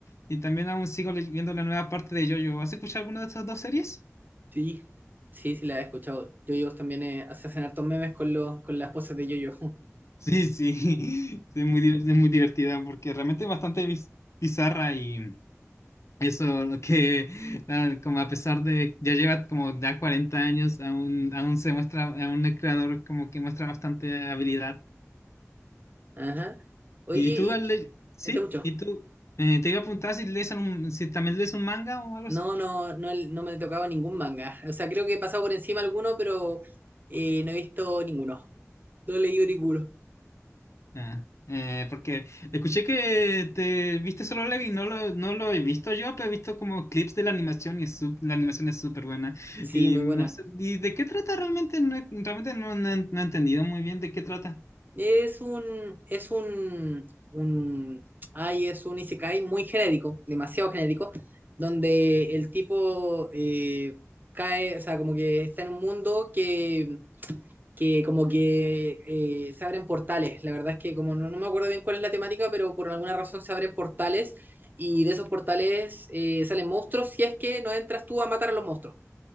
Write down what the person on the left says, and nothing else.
y también aún sigo le- viendo la nueva parte de JoJo. ¿Has escuchado alguna de estas dos series?
Sí, sí. <laughs> Es muy, di- es muy divertida porque realmente es bastante biz- bizarra y eso, lo que, nada, como a pesar de ya lleva como ya 40 años, aún, aún se muestra, aún el creador como que muestra bastante habilidad.
¿Y tú,
Ale-
sí?
¿Y tú? eh, te iba a preguntar si lees un, si también lees un manga o algo
así.
Ah, eh, porque escuché que te viste Solo Leveling, no lo, no lo he visto yo, pero he visto como clips de la animación y es sup- la animación es súper buena.
Y
no
sé, ¿y de qué trata realmente? No, he- realmente no, no he no he entendido muy bien de qué trata.